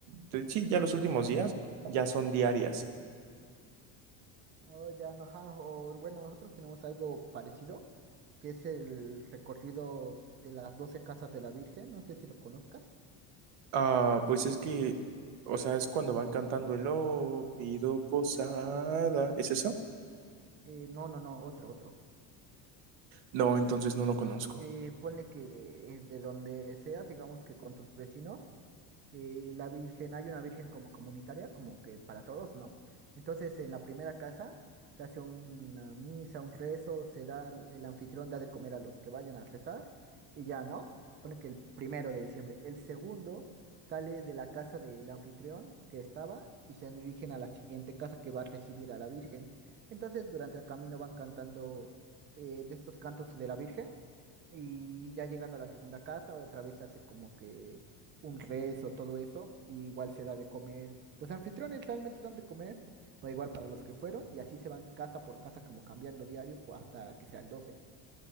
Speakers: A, on the right; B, on the right.
A: te- sí, ya los últimos días ya son diarias.
B: Oh, ya no, ajá, o, bueno, nosotros tenemos algo parecido, que es el recorrido de las 12 casas de la Virgen. No sé si los conozcas.
A: Ah, pues es que, o sea, es cuando van cantando el oh, pido posada, ¿es eso?
B: Eh, no, no, no, otro, otro.
A: No, entonces no lo conozco.
B: Eh, ponle que eh, de donde seas, digamos que con tus vecinos. eh, la virgen, hay una virgen como comunitaria, como que para todos, ¿no? Entonces en la primera casa se hace una misa, un rezo, se da, el anfitrión da de comer a los que vayan a rezar y ya, ¿no? Pone que el primero de diciembre. El segundo sale de la casa del anfitrión que estaba y se dirigen a la siguiente casa que va a recibir a la virgen. Entonces durante el camino van cantando eh, de estos cantos de la virgen. Y ya llegando a la segunda casa, otra vez se hace como que un rezo, todo eso. y igual se da de comer. Los anfitriones realmente dan de comer, pero igual para los que fueron. Y así se van casa por casa, como cambiando diario, pu- hasta que sea el doce